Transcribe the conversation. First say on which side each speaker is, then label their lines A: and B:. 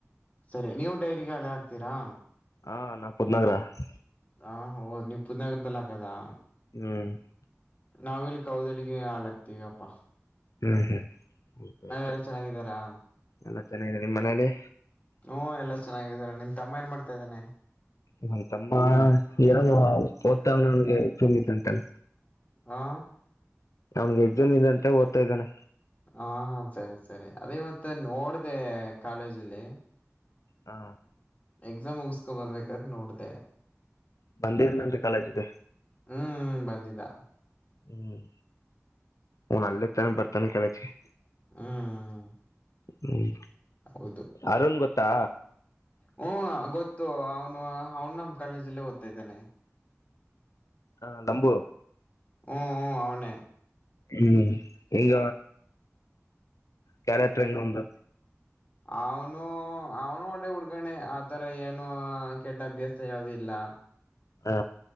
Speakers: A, on the left (about 30°); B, on the left (about 80°).
A: ಸರಿ ನೀವು ಡೈರಿಗೆಹಾಲ ಹಾಕ್ತೀರಾ.
B: ಹ ನಾ ಪತ್ನಾಾಗರಾ <unintelligible>
A: ಹಾ, ಹೋದ ನೀವ್ ಪೂ <unintelligible> ದನಗರದಲ್ಲಿ ಹಾಕದಾ
B: ಹ್ಮ್,
A: ನಾವಿಲ್ಲಿ ಕೌದಲಿಗೆ ಹಾಲಾಕ್ತೀವಪ್ಪಾ.
B: ಹ್ಮ್, ಹ್ಮ್ತ
A: ಎಲ್ಲ ಚೆನ್ನಾಗಿದ್ದಾರಾ
B: ಎಲ್ಲಾ ಚೆನ್ನಾಗಿದೆ ನಿಮ್ಮ ಮನೇಲಿ.
A: ಹ್ಮ್, ಎಲ್ಲಾ ಚೆನ್ನಾಗಿದ್ದಾರೆ. ನಿನ್ ತಮ್ಮ ಏನ್ ಮಾಡ್ತಾ ಇದಾನೆ.
B: ನಮ್ತಮ್ಮ ಏನೋ ಓದ್ತಾವ ನಗೆ ಚುಮಿತ <unintelligible> ಅಂತೆಲ್ಲ
A: ಹಾ,
B: ಅವ್ನ್ಗೆ ಎಕ್ಸಾಮ್ ಇದೆಅಂತ ಓದ್ತಾ ಇದಾನೆ.
A: ಹ ಹಾ, ಸರಿ, ಸರಿ ಅದೇ ಇವತ್ತು ನೋಡ್ದೆ ಕಾಲೇಜಲ್ಲಿ.
B: ಹಾ,
A: ಎಕ್ಸಾಮ್ ಮುಗಿಸಸ್ಕೊಂ ಬರ್ಬೇಕಾದ್ರೆ ನೋಡ್ದೆ.
B: ಬಂದಿದ ನಂತ ಕಾಲೇಜಕ
A: ಹ್ಮ್, ಬಂದಿದ್ದ
B: ಹ್ಮ್, ಹನ್ ಅಲ್ಲ ತಾನ ಬರ್ತಾನೆ ಕಾಲೇಜಿಗಿ
A: ಹ್ಮ್,
B: ಹ್ಮ್,
A: ಹೌದು.
B: ಅರುಣ್ ಗೊತ್ತಾ
A: ಹ್ಮ್, ಗೊತ್ತು ಅವನು -ಅವನು ನಮ್ ಕಾಲೇಜಲ್ಲಿ ಓದ್ತಾಇದ್ದಾನೆ.
B: ಹಾ, ನಂಬು
A: ಹ್ಮ್, ಹ್ಮ್ ಅವನೇ
B: ಹ್ಮ್, ಈಗ ಕ್ಯಾರೆಕ್ಟರ್ಗ ಇವಂದು.
A: ಅವನು ಅವನು ಒಳ್ಳೆ ಹುಡ್ಗಿನೆಆತರ ಏನು ಕೆಟ್ಟ ಅಭ್ಯಾಸ ಯಾವ್ದ ಇಲ್ಲ.
B: ಹಾ,